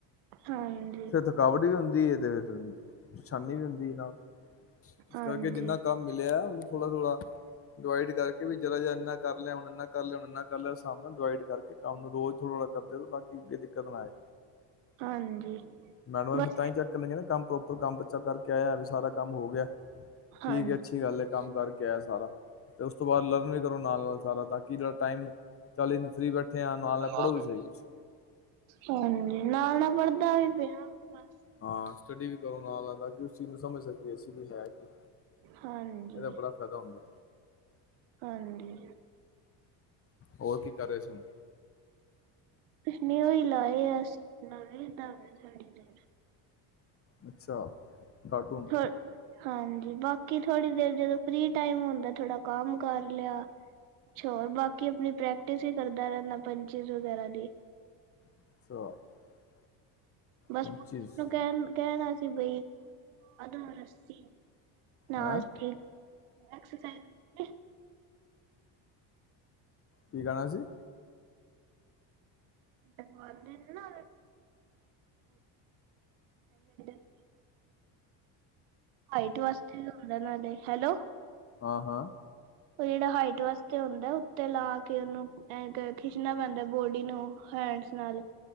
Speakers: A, on the right (about 85°); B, on the left (about 30°).
A: ਹਾਂਜੀ।
B: ਫਿਰ ਥਕਾਵਟ ਵੀ ਹੁੰਦੀ ਹੈ ਤੇ ਤਨ ਪਰਸ਼ਾਨੀ ਵੀ ਹੁੰਦੀ ਆ ਨਾਲ। ਇਸ
A: ਹਾਂਜੀ
B: ਕਰਕੇ ਜਿੰਨਾ ਕੰਮ ਮਿਲਿਆ, ਉਹਨੂੰ ਥੋੜਾ ਥੋੜਾ ਡਿਵਾਈਡ ਕਰਕੇ ਵੀ, ਜਰਾ ਜਿਹਾ ਇੰਨਾ ਕਰ ਕਰ ਲਿਆ, ਹੁਣ ਇਨਾ ਕਰ ਲਿਆ, ਹੁਣ ਇਨਾ ਕਰ ਲਿਆ। ਸਮ ਡਿਵਾਈਡ ਕਰਕੇ ਕੰਮ ਨੂੰ ਰੋਜ਼ ਥੋੜਾ ਥੋੜਾ ਕਰਦੇ ਰਹੋ, ਤਾਂ ਕਿ ਕੋਈ ਦਿੱਕਤ ਨਾ ਆਏ।
A: ਹਾਂਜੀ।
B: ਮੈਡਮ ਆ
A: ਬਸ
B: ਤਾਂ ਹੀ ਚੈੱਕ ਕਰਨਗੀਆਂ ਜੇ ਕੰਮ ਪ੍ਰੋਪਰ ਉੱਰ ਕੰਮ ਬੱਚਾ ਕਰਕੇ ਆਇਆ ਵੀ ਸਾਰਾ ਕੰਮ ਹੋ ਗਿਆ ਠੀਕ
A: ਹਾਂਜੀ
B: ਹੈ, ਅੱਛੀ ਗੱਲ ਹੈ ਕੰਮ ਕਰ ਕੀਤਾ ਸਾਰਾ ਤੇ ਉਸ ਤੋਂ ਬਾਅਦ ਲਰਨ ਵੀ ਕਰੋ ਨਾਲ-ਨਾਲ ਸਾਰਾ ਤਾਂ ਕਿ ਜਿਹੜਾ ਟਾਈਮ ਚੱਲ ਇਨ ਫਰੀ ਬੈਠੇ ਆ ਨਾਲ ਨਾਲ
A: <inaudible>
B: ਪੜ੍ਹੋ ਵੀ ਸਹੀ ਕੁਛ।
A: ਹਾਂਜੀ ਨਾਲ-ਨਾਲ ਪੜਦਾ ਵੀ ਪਿਆ ਬਸ
B: ਹਾਂ ਸਟੱਡੀ ਵੀ ਕਰੋ ਨਾਲ-ਨਾਲ ਤਾਂ ਕਿ ਉਸ ਚੀਜ਼ ਨੂੰ ਸਮਝ ਸਕੀਏ ਅਸੀਂ ਵੀ ਹੈ ਕਿ-
A: ਹਾਂਜੀ
B: ਇਹਦਾ ਬੜਾ ਫਾਇਦਾ ਹੁੰਦਾ
A: ਹਾਂਜੀ
B: ਹੋਰ ਕੀ ਕਰ ਰਹੇ ਸੀ ਹੁਣ
A: ਨਓਹੀ ਲਾਏ ਆ ਅਸੀਂ ਬਣਾ ਦਾਵੇ ਸਾਡੀ
B: ਅੱਛਾ ਕਾਰਟੂਨ
A: ਥ ਹਾਂਜੀ ਬਾਕੀ ਥੋੜ੍ਹੀ ਦੇਰ ਜਦੋਂ ਫਰੀ ਟਾਈਮ ਹੁੰਦਾ ਥੋੜਾ ਕੰਮ ਕਰ ਲ਼ਿਆ, ਹੋਰ ਬਾਕੀ ਆਪਣੀ ਪ੍ਰੈਕਟਿਸ ਹੀ ਕਰਦਾ ਰਹਿੰਦਾ ਪੰਚੀਸ ਵਗੈਰਾ ਦੀ
B: <inaudible>
A: ਬਸ
B: ਪੰਚੀਸ
A: ਕਹਿਣ, ਕਹਿਣਾ ਸੀ ਬਈ ਅਦ ਅੱਸੀ ਨਾਸ
B: ਹੈਂ
A: ਠੀਕ ਐਕਸਸਾਈਜ਼ <inaudible>
B: ਕੀ ਗਾਣਾ ਸੀ
A: ਤੈਨੂੰ ਆਉਂਦੇ ਨੇ ਨਾ <inaudible> ਹਾਈਟ ਵਾਸਤੇ ਵੀ ਹੋਂਦਾ ਨਾਲੇ ਹੈਲੋ
B: ਹਾਂ-ਹਾਂ
A: ਉਹ ਜਿਹੜਾ ਹਾਈਟ ਵਾਸਤੇ ਹੁੰਦਾ, ਉੱਤੇ ਲਾ ਕੇ ਉਹਨੂੰ ਖਿੱਚਣਾ ਪੈਂਦਾ ਬੋਡੀ ਨੂੰ ਹੈਂਡਸ ਨਾਲ